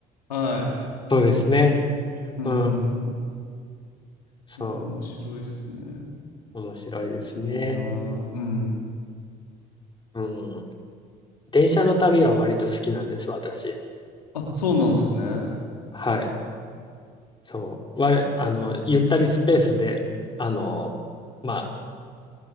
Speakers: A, on the left; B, on the left.
A: はい。
B: そうですね。
A: うん。
B: うん。そ
A: いや、面白いっすね。
B: う。面白いですね。
A: いいなぁ。うん。
B: うん。電車の旅は割と好きなんです、私。
A: あ、そうなんすね。
B: はい。そう。我、あの、ゆったりスペースで、あの、ま